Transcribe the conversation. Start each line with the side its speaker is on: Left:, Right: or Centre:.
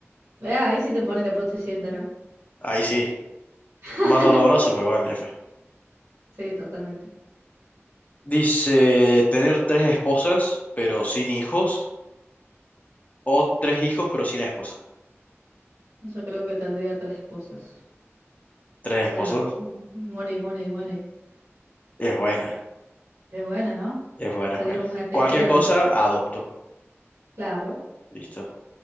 Right: Eh, ahí sí te pone la prótesis entera.
Left: Ahí sí.
Right: <laughs>
Left: Más doloroso, pero bueno, ya fue.
Right: Sí, totalmente.
Left: Dice, tener tres esposas, pero sin hijos, o tres hijos, pero sin esposa.
Right: Yo creo que tendría tres esposos.
Left: Tres
Right: O sea,
Left: esposos.
Right: m- money, money, money.
Left: Es buena.
Right: Es buena, ¿no?
Left: Es buena,
Right: Sería
Left: es buena.
Right: como una que
Left: Cualquier
Right: árabe.
Left: cosa, adopto.
Right: Claro.
Left: Listo.